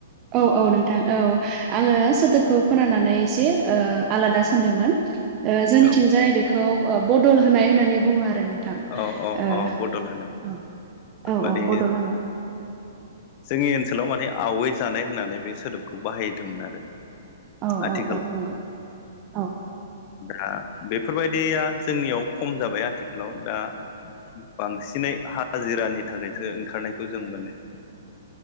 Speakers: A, on the right; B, on the left.
A: औ औ नोंथां औ। आङो सोदोबखौ खोनानानै एसे आलादा सानदोंमोन। जोंनिथिंजाय
B: औ
A: बेखौ बदल होनाय होननानै बुङो आरो नों
B: औ औ
A: औ
B: बदल होनाय
A: औ
B: माने
A: औ। बदलनाय
B: जोंनि ओनसोलाव माने आवै जानाय होननानै बे सोदोबखौ बाहायदोंमोन आरो।
A: औ
B: आथिखालाव
A: औ औ नंगौ औ।
B: दा बेफोरबायदिया जोंनियाव खम जाबाय। आथिखालाव दा बांसिनै हाजिरानि थाखायसो ओंखारनायखौ जों मोनो।